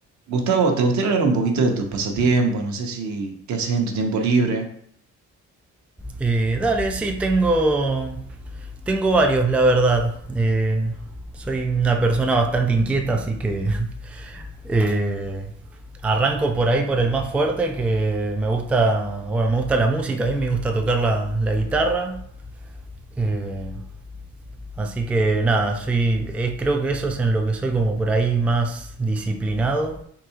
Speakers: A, on the right (about 70°); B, in the centre.
A: Gustavo, ¿te gustaría hablar un poquito de tus pasatiempos? No sé si qué haces en tu tiempo libre.
B: Eh, dale, sí, tengo, tengo varios, la verdad. Eh, soy una persona bastante inquieta, así que <laughs> eh, arranco por ahí por el más fuerte, que me gusta, bueno, me gusta la música, a mí me gusta tocar la, la guitarra. Eh, así que nada, soy, eh, creo que eso es en lo que soy como por ahí más disciplinado.